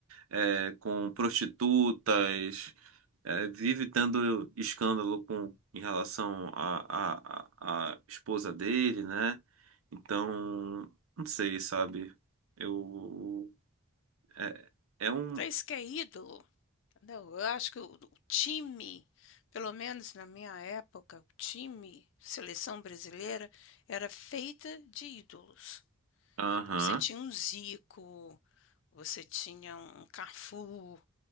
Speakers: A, on the right; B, on the left.
A: é, com prostitutas, é, vive tendo escândalo com, em relação à à- à- à esposa dele, né? Então, não sei, sabe? Eu. É, é um.
B: Vocês que é ídolo? Entendeu? Eu acho que o, o time, pelo menos na minha época, o time, seleção brasileira, era feita de ídolos.
A: Aham.
B: Então você tinha um Zico, você tinha um Cafu,